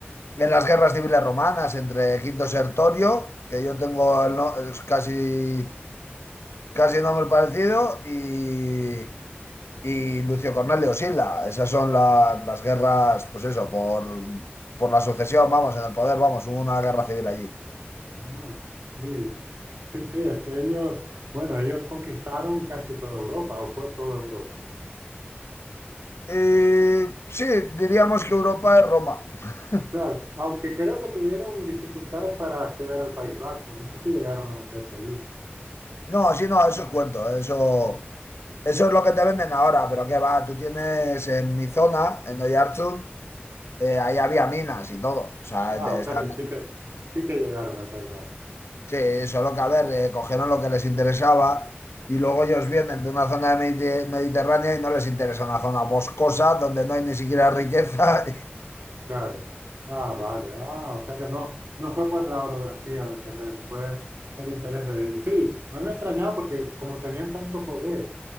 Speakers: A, on the left (about 85°); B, on the right (about 70°).
A: en las guerras civiles romanas entre Quinto Sertorio, que yo tengo el no- es casi casi nombre parecido, y, y Lucio Cornelio Sila. Esas son la- las guerras, pues eso, por, por la sucesión, vamos, en el poder, vamos, hubo una guerra civil allí.
B: No, sí, sí, sí, es que ellos, bueno, ellos conquistaron casi toda Europa, o fue toda Europa.
A: Y sí, diríamos que Europa es Roma. <laughs>
B: Claro, aunque creo que tuvieron dificultades para acceder al País Vasco, no sé si llegaron a meterse allí.
A: No, sí, no, eso es cuento, eso, eso es lo que te venden ahora, pero qué va, tú tienes en mi zona, en Oiartzun, eh, ahí había minas y todo, o sea,
B: Ah,
A: te-
B: o
A: están
B: sea que sí que, sí que llegaron al País Vasco,
A: Sí, solo que a ver, eh, cogieron lo que les interesaba y luego ellos vienen de una zona de Medite- mediterránea y no les interesa una zona boscosa donde no hay ni siquiera riqueza.
B: claro. Ah, vale, ah, o sea que no, no fue por la orografía del terreno, fue el interés de ellos. Sí, a mí me extrañaba porque como tenían tanto poder.